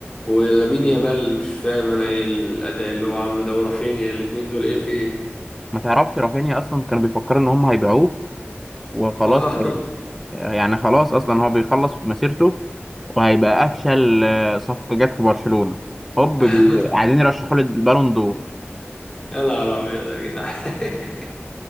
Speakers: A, on the left; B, in the centre.
A: ولامين يامال مش فاهم انا ايه الاداء اللي هو عامله ده ورافينيا الاتنين دول ايه في ايه
B: ما تعرفش رافينيا أصلا كانوا بيفكروا إن هم هيبيعوه وخلاص
A: <laughs>
B: هي... يعني خلاص أصلا هو بيخلص في مسيرته وهيبقى أفشل آه، صفقة جت في برشلونة هوب
A: <laughs>
B: بي... عايزين يرشحوا له البالون دور
A: يا نهار ابيض يا جدعان <laughs>